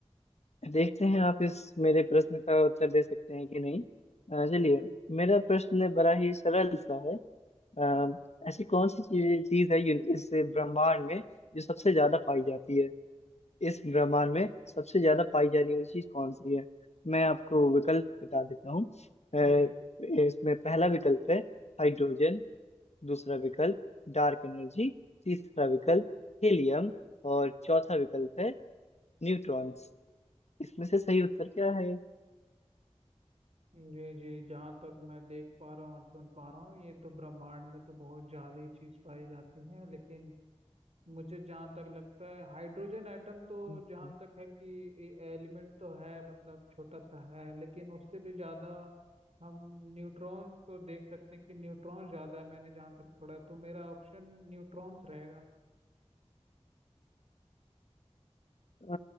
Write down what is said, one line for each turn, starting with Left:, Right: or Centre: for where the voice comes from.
Left: देखते हैं आप इस मेरे प्रश्न का उत्तर दे सकते हैं कि नहीं अ, चलिए मेरा प्रश्न बड़ा ही सरल सा है अ, ऐसी कौन सी चीज चीज है यू- इस ब्रह्मांड में जो सबसे ज्यादा पाई जाती है इस ब्रह्मांड में सबसे ज्यादा पाई जाने वाली चीज कौन सी है मैं आपको विकल्प बता देता हूँ अ,
Right: ठीक है
Left: इसमें पहला विकल्प है हाइड्रोजन दूसरा विकल्प डार्क एनर्जी तीसरा विकल्प हीलियम और चौथा विकल्प है न्यूट्रॉन्स इसमें से सही उत्तर क्या है
Right: जी जी जहाँ तक मैं देख पा रहा हूँ और सुन पा रहा हूँ ये तो ब्रह्मांड में तो बहुत ज्यादा ही चीज पाई जाती है लेकिन मुझे जहाँ तक लगता है हाइड्रोजन एटम तो
Left: हम्म।
Right: जहाँ तक है कि एलिमेंट तो है मतलब छोटा सा है लेकिन उससे भी ज़्यादा हम न्यूट्रॉन्स को देख सकते हैं कि न्यूट्रॉन्स ज़्यादा है मैंने जहाँ तक पढ़ा है तो मेरा ऑप्शन न्यूट्रॉन्स रहेगा
Left: अ,